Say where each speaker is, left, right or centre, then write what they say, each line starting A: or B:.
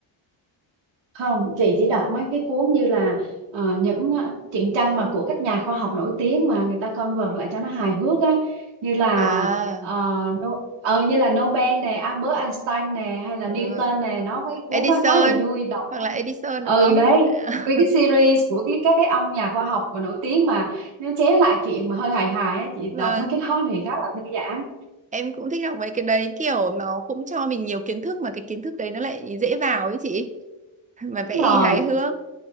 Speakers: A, on the right; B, on the right.
A: không chị chỉ đọc mấy cái cuốn như là ờ, những ờ, truyện tranh mà của các nhà khoa học nổi tiếng mà người ta convert lại cho nó hài hước á như là
B: À
A: ờ, no, ờ, như là Nobel nè Albert Einstein nè hay là
B: đúng
A: Newton
B: rồi.
A: nè nó mấy cuốn
B: Edison
A: đó khá là vui đọc
B: hoặc là Edison
A: ừ
B: đúng không?
A: đấy
B: <laughs>
A: với cái series của cái các cái ông nhà khoa học mà nổi tiếng mà nó chế lại chuyện mà hơi hài hài á, chị
B: Vâng,
A: đọc mấy cái đó thì khá là thư giãn
B: em cũng thích đọc mấy cái đấy kiểu nó cũng cho mình nhiều kiến thức mà cái kiến thức đấy nó lại dễ vào ấy chị. Mà vẽ
A: đúng rồi
B: thì hài hước.